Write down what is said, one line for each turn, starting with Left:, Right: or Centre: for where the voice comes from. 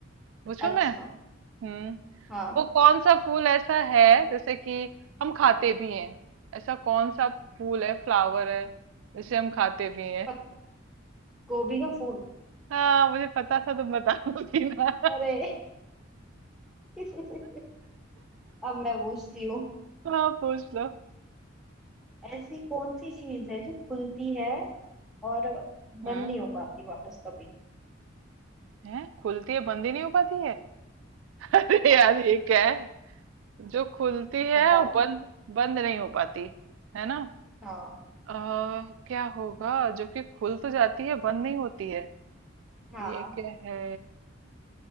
Right: पूछू
Centre: अच्छा
Right: मैं हम्म
Centre: हाँ
Right: वो कौन सा फूल ऐसा है जैसे कि हम खाते भी हैं ऐसा कौन सा फूल है फ्लावर है जिसे हम खाते भी
Centre: पत, गोभी का फूल
Right: हाँ, मुझे पता था तुम बताओगी ना
Centre: अरे <laughs> अब मैं पूछती हूँ
Right: हाँ पूछ लो
Centre: ऐसी कौन सी चीज है जो खुलती है और बंद
Right: हम्म
Centre: नहीं हो पाती वापस कभी
Right: है खुलती है बंद ही नहीं हो पाती है <laughs> अरे
Centre: हाँ,
Right: यार ये क्या है जो खुलती है
Centre: बताओ
Right: और बंद बंद नहीं हो पाती है ना
Centre: हाँ
Right: अ, क्या होगा जो कि खुल तो जाती है बंद नहीं होती है
Centre: हाँ
Right: ये क्या है